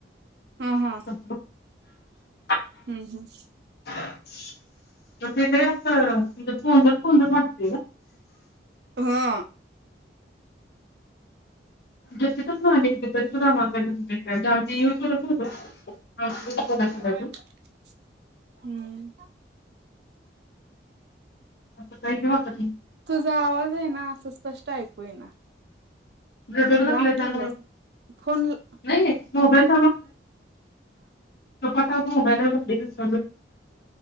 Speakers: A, on the right; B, on the left.
A: हा हा
B: का <unintelligible>
A: हम्म- हम्म.
B: ह त तिथं फ मतला
A: हा
B: <unintelligible>
A: <unintelligible>
B: करायचं
A: हम्
B: असं काही हे होतं
A: तुझा आवाज आहे ना असच स्पष्ट ऐकू येईना.
B: नाही ब्लूटूथ घातलाय
A: लांब
B: त्यामुळं
A: ठेवलास, फोन ल
B: नाही मोबाईल <unintelligible> <unintelligible> <unintelligible>